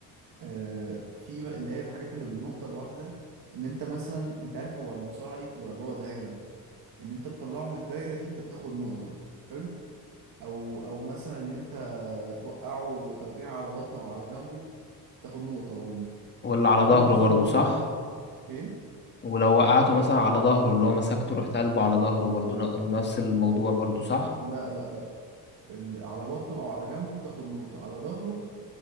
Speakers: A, on the right; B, on the left.
A: آه، في بقى اللي هي الحاجات اللي بالنقطة الواحدة ان انت مثلا انت عارف هو المصارعة دي بتبقى جوه دايرة ان انت تطلعه من الدايرة دي انت بتاخد نقطة حلو او او مثلا ان انت توقعه توقيع على بطنه او على جنبه تاخد نقطة برضه
B: ولا على
A: او
B: ظهره
A: مثلا
B: برضه
A: هو
B: صح
A: ايه
B: ولو وقعته مثلا على ظهره اللي هو مسكته رحت قلبه على ظهره برضه ن- نفس الموضوع برضه صح
A: لا لا لا ال- على بطنه او على جنبه بتاخد نقطة على ظهره